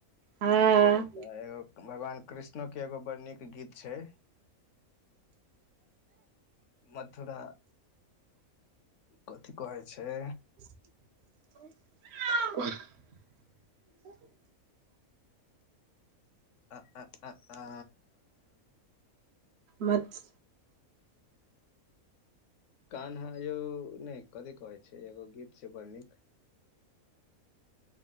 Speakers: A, on the right; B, on the left.
A: हँ
B: तऽ एगो भगवान कृष्णो के एगो बड़ नीक गीत छै मथुरा कथी कहै छै
A: <unintelligible>
B: आ आ आ आ
A: मत
B: कान्हा यौ नइ कथी कहै छै एगो गीत छै बड़ नीक